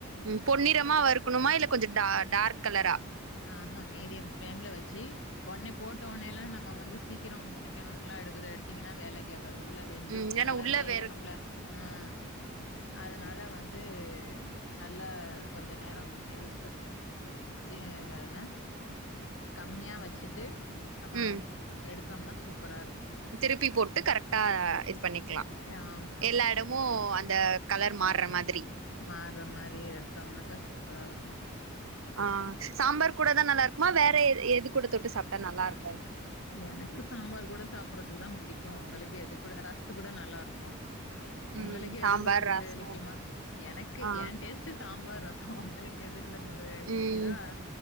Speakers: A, on the right; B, on the left.
A: ம் பொன்னிறமா வறுக்கணுமா இல்ல கொஞ்ச டார் டார்க் கலரா
B: ஆ ஹா மீடியாம் ஃப்ளேம்ல வச்சு உடன்னே போட்ட உடனே எல்லா நம்ம வந்து சீக்கிரம் முடிக்கணுல எடுக்குது எடுத்தீங்கன்னா வேலைக்ஆகாது உள்ள வெந்
A: ம்
B: து
A: ஏன்னா
B: நல்லா
A: உள்ள
B: வேகணும்லா
A: வேற
B: ம் அதனால வந்து நல்லா கொஞ்ச நேரம் மெது சீ அது என்ன கம்மியா வச்சுட் டு நம்ம
A: ம்
B: எடுத்தோம்னா சூப்பரா இருக்கு
A: திருப்பி போட்டு கரெக்டா இது பண்ணிக்கலா
B: ஏ ஆமா ஆமா
A: எல்லா இடமு அந்த கலர் மாற மாதிரி
B: மாற மாறி எடுத்தோம்னா க்கா சூப்பரா இருக்கு
A: ஆ சாம்பார் கூடதா நல்லா இருக்குமா வேற எது கூட தொட்டு சாப்பிட்டா நல்லா இருக்கு
B: எனக்கு சாம்பார் கூட சாப்படுறதுக்கு தா புடிக்கு உங்களுக்கு எது கூட ரசத்து கூட நல்லா இருக்கு
A: ம்
B: உங்களுக்கு
A: சாம்பார்
B: எது கூட புடிக்குமா
A: ரசோ
B: எனக்கு
A: ஆ
B: ஏ டேஸ்ட்டு சாம்பார் ரசோ உங்களுக் கு எதுல பு புடிக்குதோ
A: ம்
B: ஆ